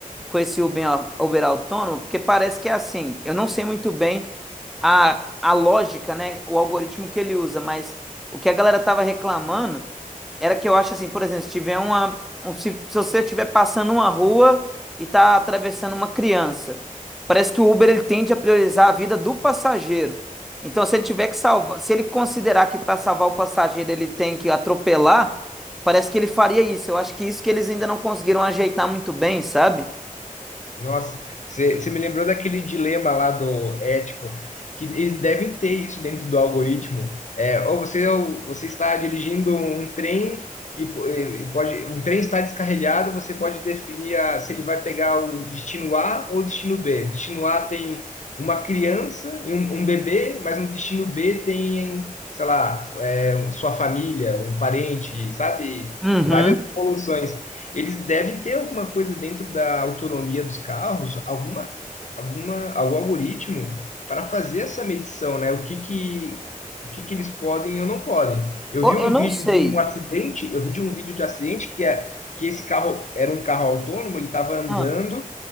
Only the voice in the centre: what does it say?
com esse Uber, au- Uber autônomo? Porque parece que é assim. Eu não sei muito bem a, a lógica, né? O algoritmo que ele usa, mas o que a galera tava reclamando era que eu acho assim, por exemplo, se tiver uma. um- se, se você estiver passando uma rua e tá atravessando uma criança, parece que o Uber ele tende a priorizar a vida do passageiro. Então, se ele tiver que salvar, se ele considerar que para salvar o passageiro ele tem que atropelar, parece que ele faria isso. Eu acho que isso que eles ainda não conseguiram ajeitar muito bem, sabe?
Uhum.
Ô,
Eu não
sei.
Ah,